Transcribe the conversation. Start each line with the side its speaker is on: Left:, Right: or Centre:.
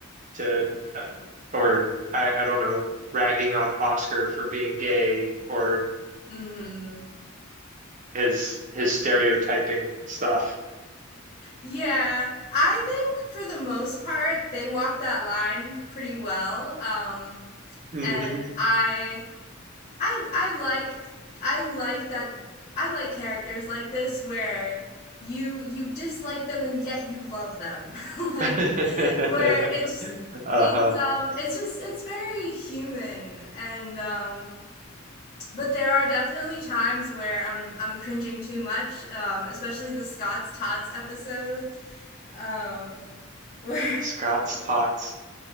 Right: to uh, or I, I don't know, ragging on Oscar for being gay or
Left: Mm.
Right: his his stereotyping stuff.
Left: Yeah, I think for the most part they walked that line pretty well. Um,
Right: Mm-hmm.
Left: and I I I like I like that I like characters like this where you you dislike them and yet you love them. <laughs> Like
Right: <laughs>
Left: where it's
Right: Uh-huh.
Left: it's um it's just it's very human and um but there are definitely times where I'm I'm cringing too much, um, especially the Scott's Tots episode, um, <laughs> where
Right: Scott's thoughts.